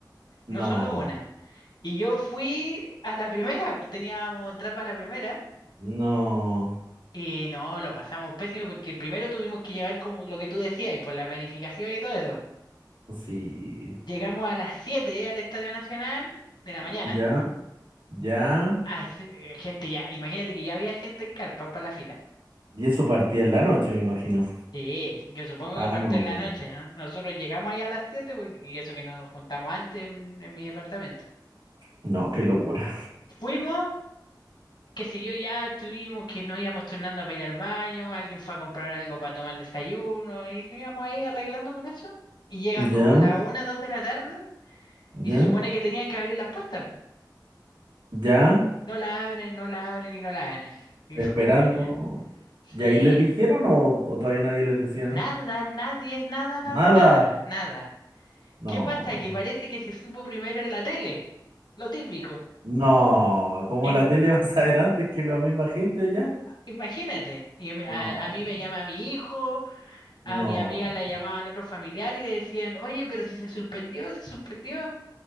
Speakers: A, on the right; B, on the left.
A: No,
B: no solo una. Y yo fui a la primera, pues teníamos entrar para la primera.
A: no,
B: Y no, lo pasamos pésimo porque primero tuvimos que llegar como lo que tú decías, y por la planificación y todo eso.
A: sí.
B: Llegamos a las 7 al Estadio Nacional de la mañana.
A: ¿Ya? ¿Ya?
B: hace- eh, gente ya, imagínate que ya había gente en carpa para la fila.
A: Y eso partía en la noche, me imagino.
B: Sí, sí, yo supongo
A: Ah,
B: que partió
A: no,
B: en la noche, ¿no? Nosotros llegamos ahí a las 7 porque, y eso que nos juntamos antes en en mi departamento.
A: no, qué locura.
B: Fuimos qué sé yo, ya tuvimos que nos íbamos turnando para ir al baño, alguien fue a comprar algo para tomar desayuno, y nos íbamos ahí arreglando con eso. Y llegan
A: ¿Ya?
B: como las una, dos de la tarde,
A: ¿Ya?
B: y se supone que tenían que abrir las puertas.
A: ¿Ya?
B: No la abren, no la abren y no la abren. Y
A: Esperando.
B: fue como ya.
A: ¿Y
B: Sí,
A: ahí les dijeron o, o todavía nadie les decía nada?
B: nada, nadie, nada, nada,
A: Nada.
B: nada, nada.
A: No.
B: ¿Qué pasa? Que parece que se supo primero en la tele. Lo típico.
A: No, ¿cómo
B: En-
A: la tele va a saber antes que la misma gente allá?
B: imagínate. Y me-
A: No,
B: a, a mí me llama mi hijo. A
A: no,
B: mi amiga la llamaban otros familiares y le decían, oye, pero si se suspendió, se suspendió.